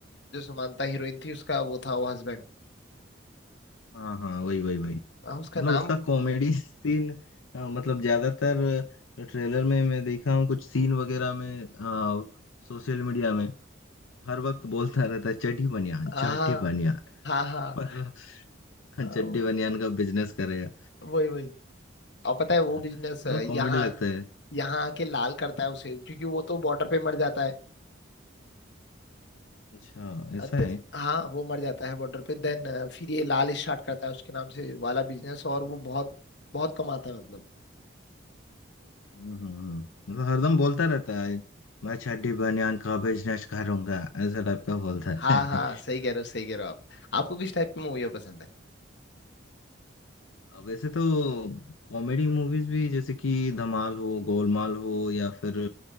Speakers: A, on the left; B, on the left.
A: जो समांथा हीरोइन थी उसका वो था वो हस्बैंड
B: हाँ हाँ वही वही वही
A: उसका
B: मतलब
A: नाम
B: उसका कॉमेडी सीन मतलब ज्यादातर ट्रेलर में मैं देखा हूँ कुछ सीन वगैरह में सोशल मीडिया में हर वक्त बोलता रहता है चड्डी बनियान
A: हाँ
B: चड्डी बनियान
A: हाँ हाँ
B: <laughs> मतलब चड्डी
A: आ, वो-
B: बनियान का बिजनेस करेगा
A: वही वही और पता है वो बिजनेस
B: मतलब
A: यहाँ
B: कॉमेडी लगता है
A: यहाँ आके लाल करता है उसे क्योंकि वो तो बॉर्डर पे मर जाता है
B: अच्छा ऐसा
A: अ, द-
B: है
A: हाँ वो मर जाता है बॉर्डर पे देन फिर ये लाल स्टार्ट करता है उसके नाम से वाला बिजनेस और वो बहुत बहुत कमाता है मतलब
B: हम्म हम्म, हम्म। मतलब हरदम बोलता रहता है मैं चड्डी बनियान का बिजनेस करूंगा ऐसा टाइप का बोलता
A: हाँ
B: है <laughs>
A: हाँ सही कह रहे हो सही कह रहे हो आप आपको किस टाइप की मूवी पसंद है
B: वैसे तो कॉमेडी मूवीज भी जैसे कि धमाल हो गोलमाल हो या फिर